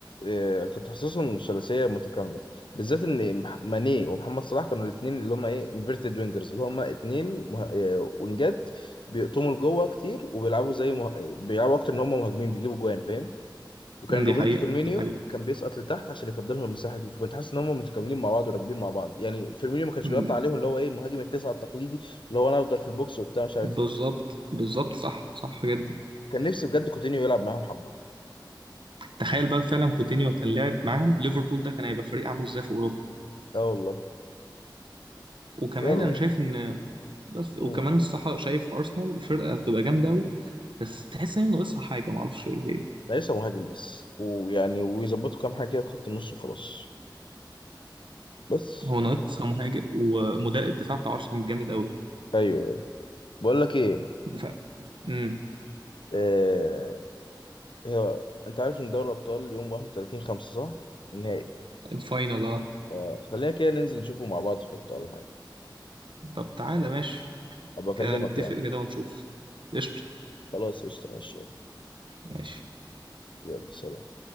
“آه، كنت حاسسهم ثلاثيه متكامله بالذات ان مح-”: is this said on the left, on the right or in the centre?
Left